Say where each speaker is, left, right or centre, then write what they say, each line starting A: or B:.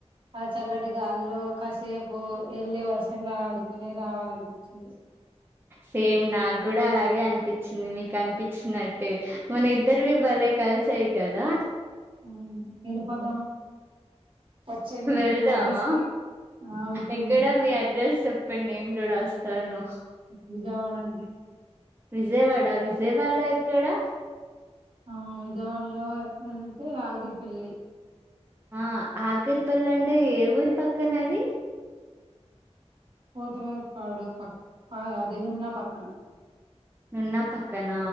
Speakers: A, on the right (about 50°); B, on the right (about 20°).
A: ఆ చల్లటి గాల్లో కాసేపు వెళ్లి వర్షంలో ఆడుకునే రావాలనిపించింది <inaudible>
B: సేమ్ నాకు గూడా అలాగే అనిపించింది మీకు అనిపించినట్టే మన ఇద్దరివి బలే కలిసి చేయి కదా
A: ఉమ్ వెళ్ళిపోదాం వచ్చేయండి
B: వెళ్దామా
A: మా అడ్రస్ కి ఆ వచ్చండి
B: ఎక్కడ మీ అడ్రస్ చెప్పండి నేను గూడా వస్తాను
A: విజయవాడండి
B: విజయవాడ విజయవాడలో ఎక్కడా
A: ఆ విజయవాడలో ఎక్కడంటే ఆగిరిపల్లి
B: ఆ ఆఖరిపల్లి అంటే ఏ ఊరి పక్కన అది
A: పోతవ పాడు పక్ అదేనున్నా పక్కన
B: నున్న పక్కన